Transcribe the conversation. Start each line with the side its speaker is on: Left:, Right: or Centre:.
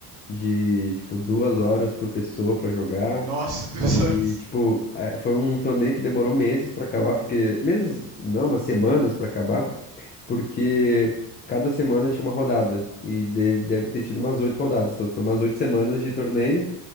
Left: de, tipo, duas horas por pessoa pra jogar.
Right: Nossa, <laughs> duas
Left: E,
Right: horas.
Left: tipo, eh, foi um torneio que demorou meses pra acabar, porque. Meses, não, umas semanas pra acabar porque cada semana tinha uma rodada e deve, deve ter tido umas oito rodadas, então foi umas oito semanas de torneio